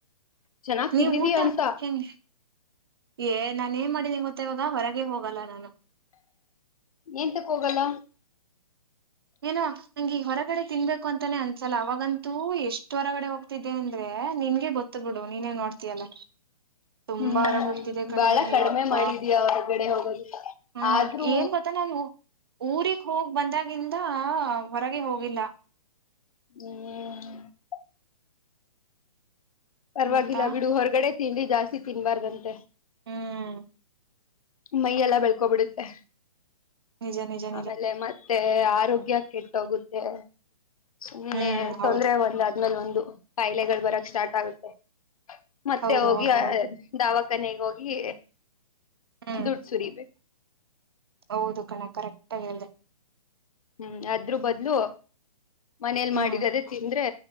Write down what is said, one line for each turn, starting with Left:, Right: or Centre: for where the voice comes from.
Left: ಚೆನ್ನಾಗ್
Right: ನೀವ್
Left: ತಿಂದಿದಿ
Right: ಊಟ
Left: ಅಂತ
Right: ಹೆನ್ ಏ ನಾನ ನ್ ಮಾಡಿದ್ದೇ ಗೊತ್ತ ಇವಾಗ ಹೊರಗೆ ಹೋಗಲ್ಲ ನಾನು
Left: ಎಂತಕ್ ಹೋಗಲ್ಲ
Right: ಏನ ನಂ ಈ ಹೊರಗಡೆ ತಿನ್ಬೇಕು ಅಂತಾನೇ ಅನ್ಸಲ್ಲ ಅವಾಗಂತೂ ಎಷ್ಟ ಹೊರಗಡೆ ಹೋಗ್ತಿದ್ದೆ ಅಂದ್ರೆ ನಿನ್ಗೆ ಗೊತ್ತ ಬಿಿಡು ನೀನ್ೇನ್ ನೋಡ್ತಯಲ್ಲ ತುಂಬಾ
Left: ಹ್ಮ್
Right: ಹೊರಾಗ ಹೋಗ್ತಿದೆೆ ಕಣೆ
Left: ಬಾಳ ಕಡಿಮೆ
Right: ಯಪ್ಪ
Left: ಮಾಡಿದೀಯ ಹೊರಗಡೆ ಹೋಗೋದು
Right: ಹ್ಮ
Left: ಆದ್ರೂ
Right: ಏನ್ ಗೊತ್ತಾ ನಾನು ಊರಿಗ್ ಹೋಗ್ ಬಂದಾಗಿಂದ ಹಾ ಹೊರಗೆ ಹೋಗಿಲ್ಲ
Left: ಹ್ಮ ಪರವಾಗಿಲ್ಲ
Right: ಗೊತ್ತಾ
Left: ಬಿಡು ಹೊರಗಡೆ ತಿನ್ಿ ಜಾಸ್ತಿ ತಿನ್ಬಾರ್ದಂತೆ
Right: ಹ್ಮ್
Left: ಮೈಯ ಎಲ್ಲ ಬೆಳ್ಕೋಬಿಡುತ್ತೆ
Right: ನಿಜ ನಿಜ ನಿಜ
Left: ಆಮೇಲೆ ಮತ್ತೆ ಮತ್ತೆ ಆರೋಗ್ಯ ಕೆಟ್ಟೋಗುತ್ತೆ ಸುಮನೆ
Right: ಹ್ಮ್ ಹೌದು
Left: ತೊಂದ್ರರೆ ಒಂದ ್ಮೇಲೆ ಒಂದು ಕಾಯಿಲೆಗಳು ಬರಕ್ ಸ್ಟಾರ್ಟ್ ಆಗುತ್ತೆ ಮತ್ತೆ
Right: ಹೌದು
Left: ಹೋಗಿ
Right: ಹೌದು ಹೌದು
Left: ದಾವ ಕನೆಗೋಗಿ
Right: ಹ್ಮ್
Left: ದುಡ್ಡು ಸುರಿಬೇಕ
Right: ಹೌದು ಕಣ ಕರೆಕ್ಟ್ ಆಗ ಅಲ್ದೆ
Left: ಹ್ಮ್ ಅದ್ರ ಬದ್ಲು ಮನೇಲ್
Right: ಹ್ಮ್
Left: ಮಾಡಿದದೇ ತಿಂದ್ರೆ